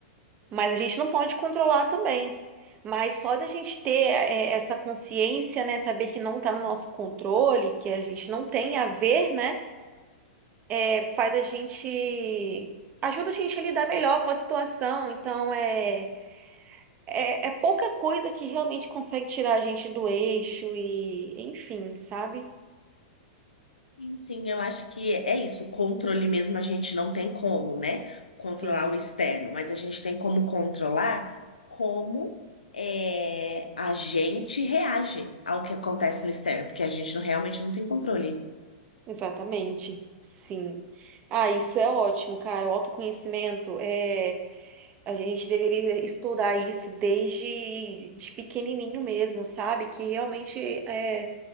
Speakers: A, on the right; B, on the left.
A: Mas a gente não pode controlar também. Mas só da gente ter é, essa consciência, né, saber que não está no nosso controle, que a gente não tem a ver, né, é, faz a gente ajuda a gente a lidar melhor com a situação. Então é, é é pouca coisa que realmente consegue tirar a gente do eixo e, enfim, sabe?
B: Sim, sim, eu acho que é isso. O controle mesmo a gente não tem como, né? Controlar
A: Sim,
B: o externo, mas a gente tem como controlar como é, a gente reage ao que acontece no externo, porque a gente não- realmente não tem controle.
A: exatamente. Sim. Ah, isso é ótimo, cara. O autoconhecimento é A gente deveria estudar isso desde de pequenininho mesmo, sabe? Que realmente é,